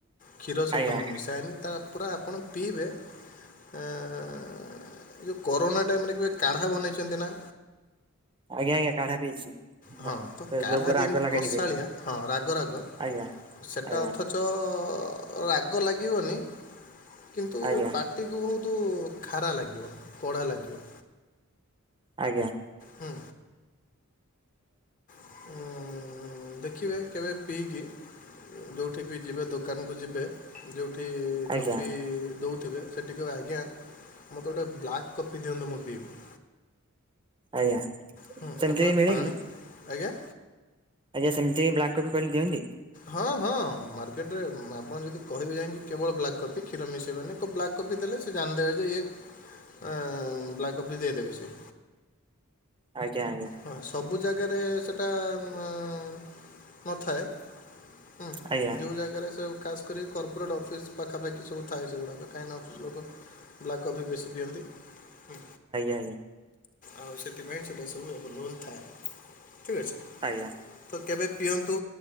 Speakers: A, on the left; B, on the right.
A: କ୍ଷୀର ସହିତ
B: ଆଜ୍ଞା
A: ମୁଁ ମିଶାଏନି ତା ପୁରା ଆପଣ ପିଇବେ। ଏ, ଏ ଯୋଉ କରୋନା ଟାଇମ୍ ରେ କେବେ କାଢ଼ା ବନେଇଛନ୍ତି ନା?
B: ଆଜ୍ଞା, ଆଜ୍ଞା କାଢା ପିଇଛି।
A: ହଁ ତ
B: ସେ
A: କାଢା
B: ଯୋଉ ରାଗ
A: ଯେମିତି
B: ଲାଗେ
A: କଷାଳିଆ
B: ଟିକେ
A: ହଁ ରାଗ ରାଗ
B: ଆଜ୍ଞା
A: ସେଟା
B: ଆଜ୍ଞା
A: ଅଥଚ ଅ, ରାଗ ଲାଗିବନି। କିନ୍ତୁ
B: ଆଜ୍ଞା
A: ପାଟିକୁ ବହୁତ କୁ ଖାଡା ଲାଗିବ। କଢ଼ା ଲାଗିବ।
B: ଆଜ୍ଞା।
A: ହୁଁ। ଉଁ, ଅଁ, ଦେଖିବେ କେବେ ପିଇକି ଯୋଉଠି ବି ଯିବେ ଦୋକାନକୁ ଯିବେ ଯୋଉଠି ସେ
B: ଆଜ୍ଞା
A: କଫି ଦଉଥୁବେ ସେ ଟିକେ ଆଜ୍ଞା ମୋତେ ଗୋଟେ ବ୍ଲାକ୍ କଫି ଦିଅନ୍ତୁ ମୁଁ ପିଇବି।
B: ଆଜ୍ଞା।
A: ହୁଁ, ଆଉ
B: ସେମିତି
A: କହେ
B: ମିଳେ
A: ପାଣି
B: କି?
A: ଆଜ୍ଞା,
B: ଆଜ୍ଞା ସେମତି ହିଁ ବ୍ଲାକ୍ କଫି କହିଲେ ଦିଅନ୍ତି?
A: ହଁ, ହଁ ମାର୍କେଟ୍ ରେ ଆପଣ ଯଦି କହିବେ ଯାଇକି କେବଳ ବ୍ଲାକ୍ କଫି କ୍ଷୀର ମିଶେଇବେନି କୋ ବ୍ଲାକ୍ କଫି ଦେଲେ। ଏ ସେ ଜାଣିଦେବେ ଯେ ଇଏ ଅ, ବ୍ଲାକ୍ କଫି ଦେଇଦେବେ ସିଏ।
B: ଆଜ୍ଞା, ଆଜ୍ଞା।
A: ହଁ ସବୁ ଜାଗାରେ ସେଟା ମାଉ ନଥାଏ। ହୁଁ,
B: ଆଜ୍ଞା ଆଜ୍ଞା
A: ଯୋଉ ଜାଗାରେ ସେ ଖାସ୍ କରି ଏଇ କର୍ପୋରେଟ୍ ଅଫିସ୍ ପାଖାପଖି ସବୁ ଥାଏ ସେଗୁଡ଼ାକ। କାହିଁକିନା ଅଫିସ୍ ଲୋକ ବ୍ଲାକ୍ କଫି ବେଶୀ ପିଅନ୍ତି। ହୁଁ,
B: ଆଜ୍ଞା
A: ଆଉ ସେଥିପାଇଁ ସେଟା ସବୁ ଏଭେଲେବୁଲ୍ ଥାଏ। ଠିକ ଅଛି।
B: ଆଜ୍ଞା।
A: ତ କେବେ ପିଅନ୍ତୁ।